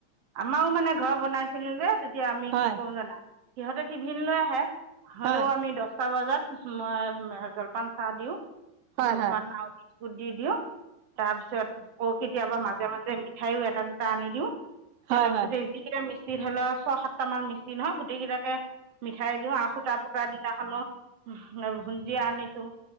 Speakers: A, on the right (about 50°); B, on the right (about 75°).
A: আমাৰো মানে ঘৰ বনাইছিলো যে তেতিয়া আমি
B: হয়
A: কি কৰো জানা? সিহঁতে টিফিন লৈ আহে। হলেও
B: হয়
A: আমি দছটা বজাত মই জলপান চাহ দিও,
B: হয়
A: জলপান
B: হয়
A: আৰু কি ফু দি দিয় <inaudible> তাৰপিছত ক'ত কেতিয়াবা মাজে মাজে মিঠাইও এটা দুটা আনি দিওঁ। সিহঁত
B: হয় হয়
A: গোটেই যি কেইটা মিস্ত্ৰী সিধৰি লওঁ, ছয় সাতটা মান মিস্ত্ৰী নহ গোটেই কেইটাকে মিঠাই দিওঁ আৰু সূতা পুতাৰ দিনাখনো ভুঞ্জিয়া আনিছোঁ।